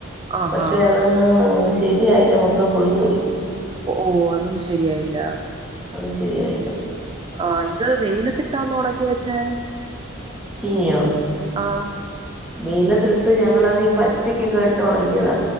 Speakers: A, on the right (about 20°); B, in the centre.
A: ആഹാ
B: പക്ഷെ അതങ്ങ് ശരിയായില്ല മൊത്തം പൊടിഞ്ഞുപോയി.
A: ഓഹ് ഓഹ് അതൊന്ന ശരിയായില്ല.
B: അത് ശരിയായില്ല.
A: ആഹ് ഇത് വെയിലത്തിട്ടാന്ന് ഉണക്കി വെച്ചേ?
B: ചീനിയോ?
A: ആഹ്
B: വെയിലത്തിട്ട് ഞങ്ങളത് പച്ചക്കൊക്കെ ഇട്ട് ഉണക്കിയതാ